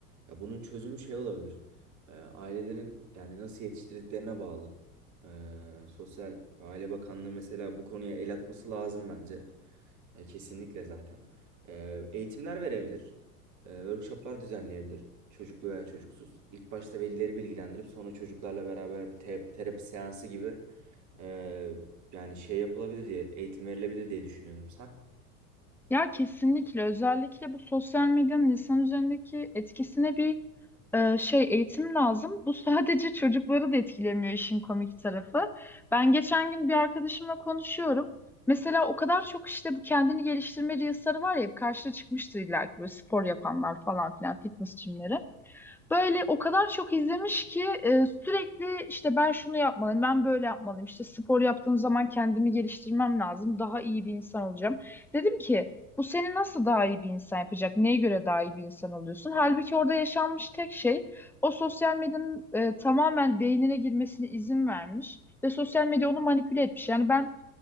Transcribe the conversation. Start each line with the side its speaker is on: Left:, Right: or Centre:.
Right: Ya bunun çözümü şey olabilir. Ee, ailelerin yani nasıl yetiştirdiklerine bağlı. Ee, Sosyal ve Aile Bakanlığı mesela bu konuya el atması lazım bence. Ee, kesinlikle zaten. Ee, eğitimler verebilir. Ee, workshoplar düzenleyebilir. Çocuklu veya çocuksuz. İlk başta velileri bilgilendirip sonra çocuklarla beraber bir te- terapi seansı gibi ee, yani şey yapılabilir diye eğitim verilebilir diye düşünüyorum. Sen?
Centre: Ya kesinlikle özellikle bu sosyal medyanın insan üzerindeki etkisine bir e, şey eğitim lazım. Bu sadece çocukları da etkilemiyor işin komik tarafı. Ben geçen gün bir arkadaşımla konuşuyorum. Mesela o kadar çok işte bu kendini geliştirme reels'ları var ya hep karşına çıkmıştır illa ki böyle spor yapanlar falan filan fitness jimleri. Böyle o kadar çok izlemiş ki e, sürekli işte ben şunu yapmalıyım, ben böyle yapmalıyım. İşte spor yaptığım zaman kendimi geliştirmem lazım. Daha iyi bir insan olacağım. Dedim ki bu seni nasıl daha iyi bir insan yapacak? Neye göre daha iyi bir insan oluyorsun? Halbuki orada yaşanmış tek şey o sosyal medyanın e, tamamen beynine girmesine izin vermiş ve sosyal medya onu manipüle etmiş. Yani ben